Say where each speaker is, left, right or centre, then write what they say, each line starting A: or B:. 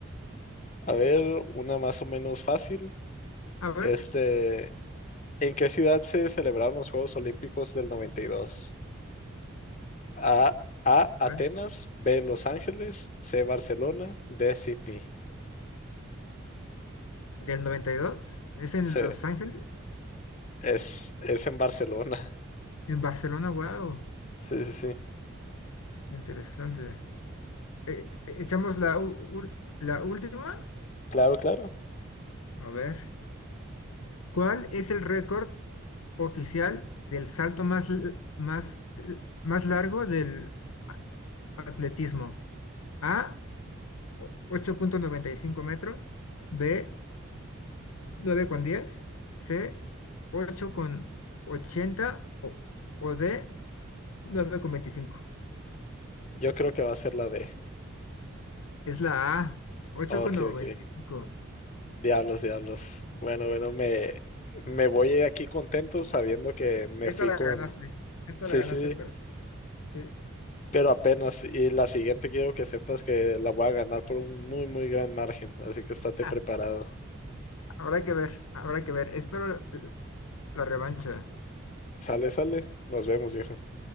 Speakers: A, on the left; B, on the left.
A: A ver, una más o menos fácil.
B: A ver,
A: Este, ¿en qué ciudad se celebraron los Juegos Olímpicos del 92? A, A, Atenas,
B: a ver.
A: B, Los Ángeles, C, Barcelona, D, Sydney.
B: del 92 es en
A: Sí,
B: Los Ángeles,
A: es, es en Barcelona. <laughs>
B: en Barcelona, wow,
A: Sí, sí, sí.
B: interesante. Eh, eh, echamos la, u- ul- la última,
A: Claro, claro.
B: a ver, ¿cuál es el récord oficial del salto más, l- más, l- más largo del atletismo? A, ocho punto noventa y cinco metros, B, nueve coma diez C, ocho coma ochenta o, o D, nueve coma veinticinco
A: Yo creo que va a ser la D.
B: Es la A, 8.95.
A: Ok, ok. Diablos, diablos. Bueno, bueno, me, me voy de aquí contento sabiendo que me
B: Esta
A: fui
B: la
A: con...
B: ganaste, esta
A: Sí,
B: la ganaste,
A: sí, sí,
B: pero sí.
A: pero apenas. Y la siguiente quiero que sepas que la voy a ganar por un muy, muy gran margen. Así que estate
B: Ah,
A: preparado.
B: Habrá que ver, habrá que ver. Espero la revancha.
A: Sale, sale. Nos vemos, viejo.